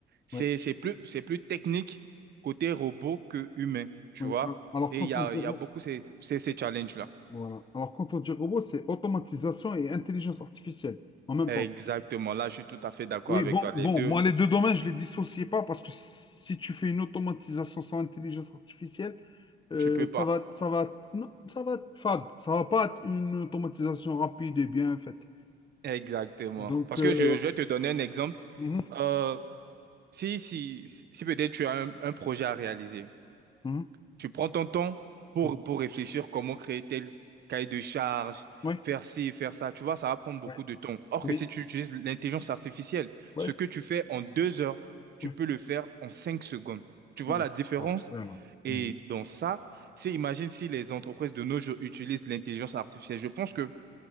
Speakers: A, on the right; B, on the left.
A: c'est,
B: Ouais,
A: c'est plus, c'est plus technique côté robot que humain, tu
B: ouais.
A: vois.
B: Al- Alors,
A: Et
B: quand
A: il y a,
B: on dit,
A: il
B: ro-
A: y a beaucoup ces, ces, ces challenges-là.
B: voilà. Alors, quand on dit robot, c'est automatisation et intelligence artificielle en même
A: Exactement.
B: temps.
A: Là, je suis tout à fait d'accord
B: Oui,
A: avec
B: bon,
A: toi.
B: bon,
A: Les deux,
B: moi, les deux domaines, je les dissociais pas parce que si tu fais une automatisation sans intelligence artificielle, euh,
A: tu peux pas.
B: ça va, ça va, non, ça va être fade. Ça va pas être une automatisation rapide et bien faite.
A: Exactement.
B: Donc,
A: Parce
B: euh,
A: que je, je vais te donner un exemple.
B: mhm,
A: Euh, Si, si, si si peut-être tu as un, un projet à réaliser,
B: mhm,
A: tu prends ton temps pour,
B: mhm.
A: pour réfléchir comment créer tel cahier de charge,
B: Oui,
A: faire ci, faire ça. Tu vois, ça va prendre beaucoup
B: ouais,
A: de temps. Or
B: oui,
A: que si tu utilises l'intelligence artificielle,
B: ouais,
A: ce que tu fais en deux heures, tu
B: oui,
A: peux le faire en cinq secondes. Tu vois
B: oui,
A: la différence?
B: Voilà. voilà.
A: Et
B: Mhm.
A: dans ça, c'est imagine si les entreprises de nos jours utilisent l'intelligence artificielle. Je pense que